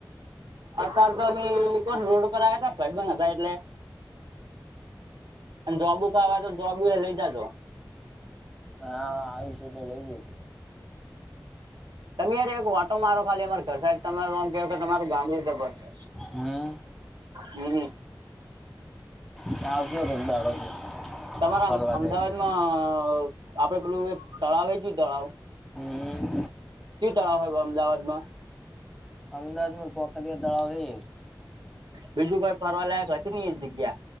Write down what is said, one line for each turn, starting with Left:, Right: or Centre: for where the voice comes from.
Right: અતાર તો હજી અ રોડ ઉપર આવ્યા હતા ભાઈબંધ હતા એટલે અને જબુ ખાવા તો જબુ એ લઈ જજો
Centre: હા આવીશ એટલે લઈ જઈશ
Right: તમે યાર એક વાટો મારો ખાલી અમાર ઘર તમે કેહ કે તમારું ગામડું જબર છે.
Centre: હમ
Right: હમ
Centre: ત્યા આવશો કોક દાડો
Right: તમારા
Centre: ફરવા
Right: અમદાવાદમાં
Centre: જાય એટલે
Right: આપડે પેલું એક તળાવ એ કેયું તળાવ
Centre: હમ
Right: કયું તળાવ હોય અમદાવાદ માં?
Centre: અમદાવાદ ન કોકરિયા તળાવ હે
Right: બીજું કોઈ ફરવાલાયક હશે ને એ જગ્યા!